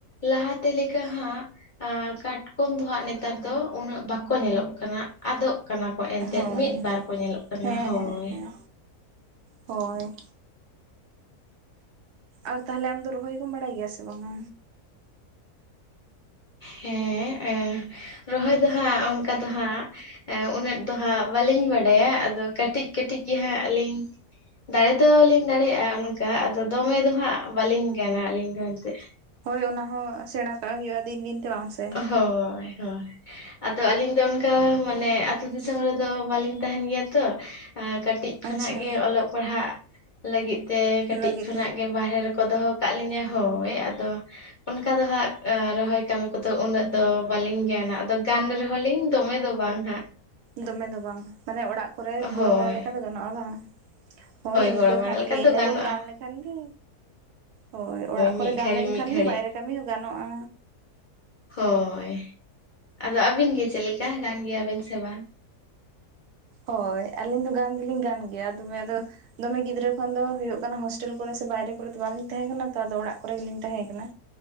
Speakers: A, on the left (about 45°); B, on the right (about 75°).
A: ᱞᱟᱦᱟᱛᱮ ᱞᱮᱠᱟ ᱦᱟᱸᱜ ᱟ ᱠᱟᱴᱠᱚᱢ ᱫᱚ ᱦᱟᱸᱜ ᱱᱮᱛᱟᱨ ᱫᱚ ᱩᱱᱟᱹᱜ ᱵᱟᱠᱚ ᱧᱮᱞᱚᱜ ᱠᱟᱱᱟ᱾ ᱟᱫᱚᱜ ᱠᱟᱱᱟ ᱠᱚ ᱮᱱᱛᱮᱫ
B: ᱦᱳᱭ
A: ᱢᱤᱫ ᱵᱟᱨ ᱠᱚ ᱧᱮᱞᱚᱜ ᱠᱟᱱᱟ᱾
B: ᱦᱮᱸ
A: ᱦᱳᱭ᱾
B: ᱦᱮᱸ ᱦᱮᱸ ᱦᱳᱭ᱾ ᱟᱨ ᱛᱟᱦᱚᱞᱮ ᱟᱢ ᱫᱚ ᱨᱚᱦᱚᱭ ᱠᱚᱢ ᱵᱟᱰᱟᱭ ᱜᱮᱭᱟ ᱥᱮ ᱵᱟᱝᱟ?
A: ᱦᱮᱸ ᱮᱸ ᱨᱚᱦᱚᱭ ᱫᱚ ᱦᱟᱸᱜ ᱚᱱᱠᱟ ᱫᱚ ᱦᱟᱸᱜ ᱮ ᱩᱱᱟᱹᱜ ᱫᱚ ᱦᱟᱸᱜ ᱵᱟᱹᱞᱤᱧ ᱵᱟᱲᱟᱭᱟ ᱟᱫᱚ ᱠᱟᱹᱴᱤᱡ ᱠᱟᱹᱴᱤᱡ ᱜᱮᱦᱟᱸᱜ ᱟᱹᱞᱤᱧ ᱫᱟᱲᱮ ᱫᱚᱞᱤᱧ ᱫᱟᱲᱮᱭᱟᱜ-ᱟ ᱚᱱᱠᱟ ᱟᱫᱚ ᱫᱚᱢᱮ ᱫᱚᱦᱟᱸᱜ ᱵᱟᱹᱞᱤᱧ ᱜᱟᱱᱟ ᱟᱹᱞᱤᱧ ᱫᱚ ᱮᱱᱛᱮᱫ᱾
B: ᱦᱳᱭ ᱦᱚᱸ ᱥᱮᱸᱬᱟ ᱠᱟᱜ ᱦᱩᱭᱩᱜ-ᱟ ᱫᱤᱱ ᱫᱤᱱᱛᱮ ᱵᱟᱝ ᱥᱮ᱾
A: ᱦᱳᱭ ᱦᱳᱭ᱾ ᱟᱫᱚ ᱟᱞᱤᱧ ᱫᱚ ᱚᱱᱠᱟ ᱢᱟᱱᱮ ᱟᱛᱩ ᱫᱤᱥᱚᱢ ᱨᱮᱫᱚ ᱵᱟᱹᱞᱤᱧ ᱛᱟᱦᱮᱱ ᱜᱮᱭᱟ ᱛᱚ᱾ ᱟ ᱠᱟᱹᱴᱤᱡ ᱠᱷᱚᱱᱟᱜ
B: ᱟᱪᱪᱷᱟ
A: ᱜᱮ ᱚᱞᱚᱜ ᱯᱟᱲᱦᱟᱜ ᱞᱟᱹᱜᱤᱫ ᱛᱮ ᱠᱟᱹᱴᱤᱡ
B: ᱞᱟᱹᱜᱤᱫ
A: ᱠᱷᱚᱱᱟᱜ
B: ᱛᱮ
A: ᱜᱮ ᱵᱟᱨᱦᱮ ᱨᱮᱠᱚ ᱫᱚᱦᱚ ᱠᱟᱜ ᱞᱤᱧᱟᱹ ᱦᱳᱭ ᱟᱫᱚ ᱚᱱᱠᱟ ᱫᱚ ᱦᱟᱸᱜ ᱨᱚᱦᱚᱭ ᱠᱟᱹᱢᱤ ᱠᱚᱫᱚ ᱩᱱᱟᱹᱜ ᱫᱚ ᱵᱟᱞᱤᱧ ᱜᱟᱱᱟ, ᱟᱫᱚ ᱜᱟᱱ ᱨᱮᱦᱚᱸ ᱞᱤᱧ ᱫᱚᱢᱮ ᱫᱚ ᱵᱟᱝ ᱦᱟᱸᱜ᱾
B: ᱫᱚᱢᱮ ᱫᱚ ᱵᱟᱝ ᱢᱟᱱᱮ ᱚᱲᱟᱜ ᱠᱚᱨᱮᱫ
A: ᱦᱳᱭ
B: ᱜᱚᱲᱚ ᱵᱟᱲᱟ ᱞᱮᱠᱟ ᱫᱚ ᱜᱟᱱᱚᱜ-ᱟ ᱵᱟᱝ᱾ ᱦᱳᱭ ᱤᱱᱠᱟᱹ
A: ᱜᱚᱲᱚ ᱵᱟᱲᱟ
B: ᱠᱷᱟᱱᱜᱮ
A: ᱞᱮᱠᱟ ᱫᱚ
B: ᱤᱱᱟᱹ
A: ᱜᱟᱱᱚᱜᱼᱟ
B: ᱵᱚᱱ ᱜᱟᱱ ᱞᱮᱠᱷᱟᱱ ᱜᱮ ᱦᱳᱭ ᱚᱲᱟᱜ
A: ᱢᱤᱫ
B: ᱠᱚᱨᱮ ᱜᱟᱱ
A: ᱜᱷᱟᱹᱲᱤᱡ
B: ᱞᱮᱱᱠᱷᱟᱱ
A: ᱢᱤᱫ ᱜᱷᱟᱹᱲᱤᱡ
B: ᱜᱮ ᱵᱟᱭᱨᱮ ᱠᱟᱹᱢᱤ ᱦᱚᱸ ᱜᱟᱱᱚᱜ-ᱟ᱾
A: ᱦᱳᱭ ᱟᱫᱚ ᱟᱹᱵᱤᱱ ᱜᱮ ᱪᱮᱫ ᱞᱮᱠᱟ ᱜᱟᱱ ᱜᱮᱭᱟᱵᱤᱱ ᱥᱮ ᱵᱟᱝ?
B: ᱦᱳᱭ ᱟᱹᱞᱤᱧ ᱫᱚ ᱜᱟᱱ ᱫᱚᱞᱤᱧ ᱜᱟᱱ ᱜᱮᱭᱟ ᱟᱨ ᱛᱚᱵᱮ ᱟᱫᱚ ᱫᱚᱢᱮ ᱜᱤᱫᱽᱨᱟᱹ ᱠᱷᱚᱱ ᱫᱚ ᱦᱩᱭᱩᱜᱜ ᱠᱟᱱᱟ ᱦᱳᱥᱴᱮᱞ ᱠᱚᱨᱮ ᱥᱮ ᱵᱟᱭᱨᱮ ᱠᱚᱨᱮ ᱫᱚ ᱵᱟᱞᱤᱧ ᱛᱟᱦᱮᱸ ᱠᱟᱱᱟ ᱛᱚ ᱟᱫᱚ ᱚᱲᱟᱜ ᱠᱚᱨᱮ ᱜᱮᱞᱤᱧ ᱛᱟᱦᱮᱸ ᱠᱟᱱᱟ᱾